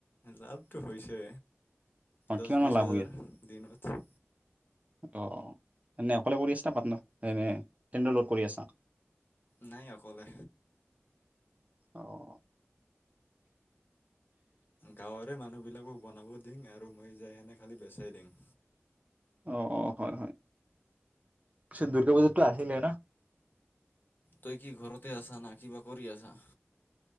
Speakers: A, on the left; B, on the right.
A: লাভটো হৈছে।
B: অ',
A: দহ
B: কিমান
A: বিছ
B: মান লাভ
A: হাজাৰ, দিনত
B: অঁ এনেই অকলে কৰি আছা পাটনাৰ, এনে ফ্ৰেন্ডৰ লগত কৰি আছা?
A: নাই আকলে।
B: অঁহ
A: গাঁৱৰে মানুহ বিলাকক বনাব দিম আৰু মই যাই সেনে খালী বেচাই দিম
B: অ হয় হয় পিছে দুৰ্গা পূজাতো আহিলে না,,,
A: তই কি ঘৰতে আছ ন কিবা কৰি আছা?